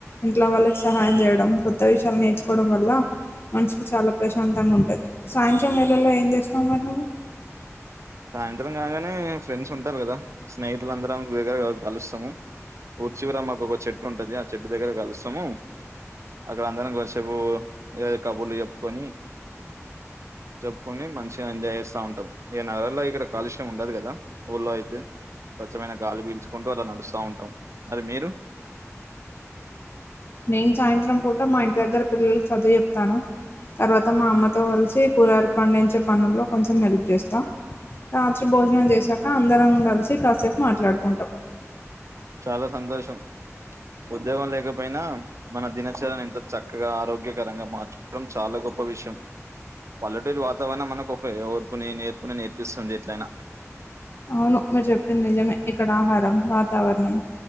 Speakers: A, on the left (about 45°); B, on the right (about 65°).
A: ఇంట్లో వాళ్ళకి సహాయం చేయడం కొత్త విషయా నేర్చుకోవడం వల్ల మనసుకు చాలా ప్రశాంతంగా ఉంటది సాయంత్రం వేళలో ఏం చేస్తావు మరి నువ్వు
B: సాయంత్రం కాగానే ఫ్రెండ్స్ ఉంటారు కదా స్నేహితులందరం వేరేగా కలుస్తాము ఉరిచివర మాకు ఒక చెట్టు ఉంటది ఆ చెట్టు దగ్గర కలుస్తాము అక్కడ అందరం కొంతసేపు ఏ కబుర్లు చెప్పుకొని చెప్పుకుని మంచిగా ఎంజాయ్ చేస్తా ఉంటాం నగర లో ఇక్కడ కాలుష్యం ఉండదు కదా ఊర్లో అయితే స్వచ్ఛమైన గాలి పీల్చుకుంటూ అలా నడుస్తా ఉంటాం మరి మీరు
A: నేను సాయంత్రం పూట మా ఇంటి దగ్గర పిల్లలకు చదువు చెప్తాను తర్వాత మా అమ్మతో కలిసి కూరగాయాలు పండించే పనుల్లో కొంచెం హెల్ప్ చేస్తాం రాత్రి భోజనం చేసాక అందరం కలిసి కాసేపు మాట్లాడుకుంటాం
B: చాలా సంతోషం ఉద్యోగం లేకపోయినా మన దినచర్యను ఎంత చక్కగా ఆరోగ్యకరంగా మార్చుకోవడం చాలా ఉప్ప విషం పల్లెటూరి వాతావరణం మనకు ఒక ఓర్పుని నేర్పుని నేర్పిస్తుంది ఎట్లయినా
A: అవును మీరు చెప్పింది నిజమే ఇక్కడ ఆహారం వాతావరణం